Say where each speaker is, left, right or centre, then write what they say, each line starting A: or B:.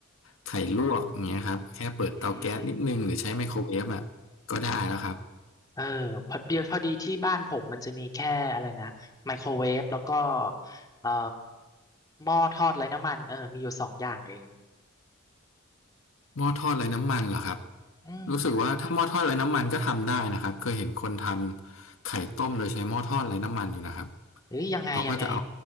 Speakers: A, on the left; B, on the left.
A: ไข่ลวกอย่างเงี้ยครับแค่เปิดเตาแก๊สนิดนึงหรือใช้ไมโครเวฟอ่ะ
B: อืม
A: ก็ได้แล้วครับ
B: เออพอดีพอดีที่บ้านผมมันจะมีแค่อะไรนะไมโครเวฟแล้วก็เอ่อหม้อทอดไร้น้ำมันเออมีอยู่สองอย่างเอง
A: หม้อทอดไร้น้ำมันเหรอครับ
B: อืม
A: รู้สึกว่าถ้าหม้อทอดไร้น้ำมันก็ทำได้นะครับ เคยเห็นคนทำไข่ต้มโดยใช้หม้อทอดไร้น้ำมันอยู่นะครับ
B: เอ้ยยังไงยังไง
A: เขาก็จะเอา